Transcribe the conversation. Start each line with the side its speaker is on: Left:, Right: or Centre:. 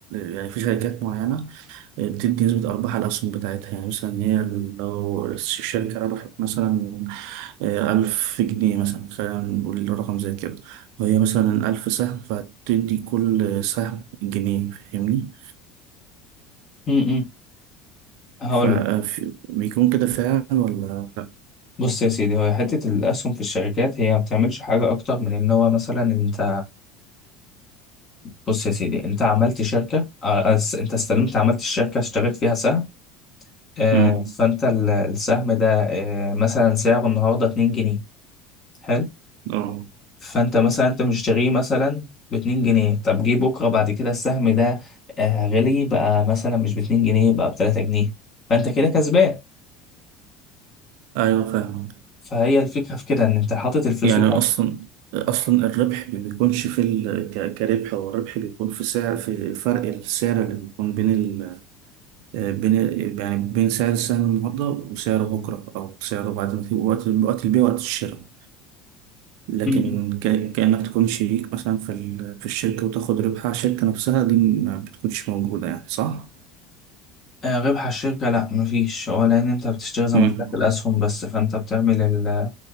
Right: يعني في شركات معينة آه، بتدي نسبة أرباح على الأسهم بتاعتها يعني مثلا هي لو الشركة ربحت مثلا آه، ألف جنيه مثلا خلينا نقول رقم زي كده وهي مثلا ألف سهم فهتدي كل سهم جنيه فاهمني؟
Left: م-م. هقول
Right: فبيكون
Left: لك
Right: كده فعلا ولا لأ؟
Left: بص يا سيدي هو حته الاسهم في الشركات هي ما بتعملش حاجه اكتر من ان هو مثلا انت بص يا سيدي انت عملت شركه آه، أس- انت استلمت عملت الشركه اشتريت فيها سهم آه،
Right: مم.
Left: فانت ال- السهم ده آه، مثلا سعره النهارده 2 جنيه حلو
Right: اه
Left: فانت مثلا انت مشتريه مثلا باتنين جنيه طب جه بكره بعد كده السهم ده آه، غلي بقى مثلا مش باتنين جنيه بقى بتلاتة جنيه فانت كده كسبان
Right: أيوه فاهم
Left: فهي الفكره في كده ان انت حاطط الفلوس
Right: يعني
Left: بتاعتك
Right: اصلا اصلا الربح ما بيكونش في ال... ك- كربح هو الربح بيكون في سعر في فرق السعر اللي بيكون بين ال... بين ال- يعني بين سعر السهم النهارده وسعره بكره او سعره بعد ما في وقت وقت البيع وقت الشراء لكن
Left: م- م.
Right: ك... كانك تكون شريك مثلا في ال... في الشركه وتاخد ربح على الشركه نفسها دي ما بتكونش موجوده يعني صح؟
Left: آه، ربح الشركه لا مفيش هو لان انت بتشتري زي
Right: مم.
Left: ما قلت لك الاسهم بس فانت بتعمل ال